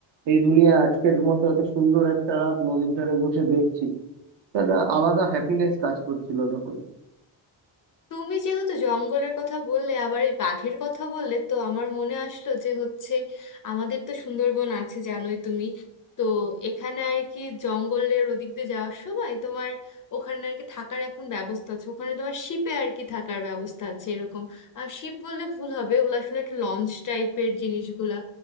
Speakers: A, on the right (about 60°); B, on the left (about 45°).
A: এই দুনিয়া আজকের মতো এত সুন্দর একটা রাত নদীর ধারে বসে দেখছি তো একটা আলাদা হ্যাপিনেস কাজ করছিল তখন
B: তুমি যেহেতু জঙ্গলের কথা বললে আবার এই বাঘের কথা বললে তো আমার মনে আসলো যে হচ্ছে আমাদের তো সুন্দরবন আছে জানোই তুমি তো এখানে আর কি জঙ্গলের ওদিক দিয়ে যাওয়ার সময় তোমার ওখানে আর কি থাকার এখন ব্যবস্থা আছে ওখানে তোমার শিপে আর কি থাকার ব্যবস্থা আছে এরকম আর শিপ বললে ভুল হবে ওগুলো আসলে একটা লঞ্চ টাইপের জিনিসগুলা